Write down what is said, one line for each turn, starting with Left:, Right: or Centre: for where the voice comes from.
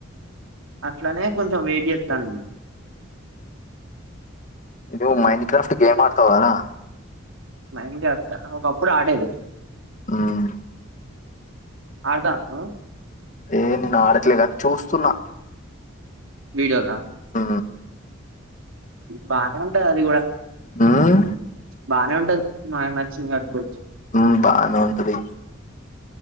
Right: అట్లానే కొంచెం వెయిట్ చెత్తను నేను
Left: ఏదో మైండ్ క్రాఫ్ట్ గేమ్ ఆడుతావారా
Right: మ్యాన్క్రాఫ్టా ఒకప్పుడు ఆడేది
Left: ఉమ్
Right: ఆడతాను
Left: ఏ నేను ఆడట్లే గాని చూస్తున్నా
Right: వీడియోల
Left: మ్
Right: బానే ఉంటది అది కూడా
Left: హ్మ్
Right: బానే ఉంటది మనకు నచ్చింది కట్టుకోవచ్చు
Left: మ్ బానే ఉంటది